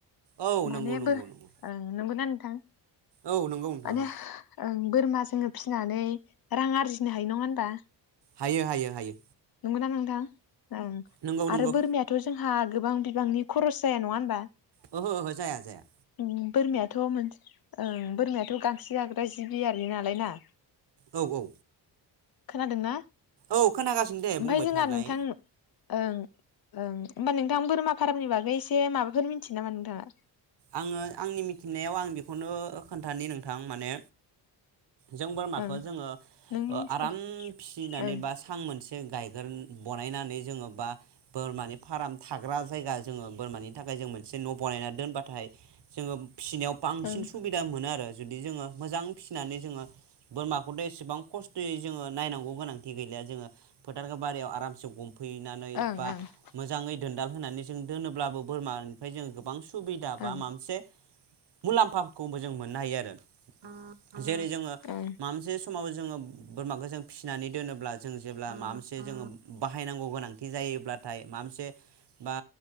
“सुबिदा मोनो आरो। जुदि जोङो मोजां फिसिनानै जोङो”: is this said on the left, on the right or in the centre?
Right